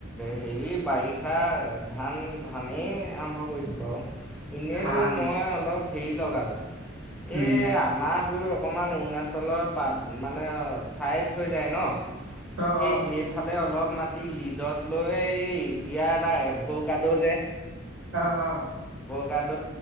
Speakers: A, in the centre; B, on the right.
A: হেৰি বাৰিষাৰ ধান ধানেই আৰম্ভ <unintelligible> বাৰু এনেইতো
B: ধান
A: মই অলপ হেৰি লগালোঁ
B: উম
A: এই আমাৰ তোৰ অকণমান অৰুণাচলৰ পাত মানে ছাইড হৈ যায় ন?
B: অ,
A: সেই
B: অ।
A: সেইফালে অলপ মাটি লিজত লৈ এতিয়া এটা এভো কাদো যে
B: অঁ অঁ।
A: তাদ